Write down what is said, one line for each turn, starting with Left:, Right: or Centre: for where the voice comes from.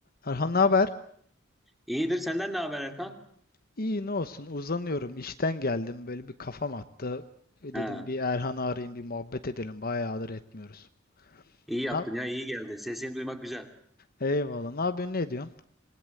Left: Erhan ne haber?
Centre: İyidir. Senden ne haber Erkan?
Left: İyi ne olsun uzanıyorum işten geldim böyle bir kafam attı. E,
Centre: Ha,
Left: Dedim bir Erhan'ı arayayım bir muhabbet edelim bayağıdır etmiyoruz.
Centre: iyi yaptın
Left: Ne?
Centre: ya iyi geldi. Sesini duymak güzel.
Left: Eyvallah ne yapıyorsun ne diyorsun?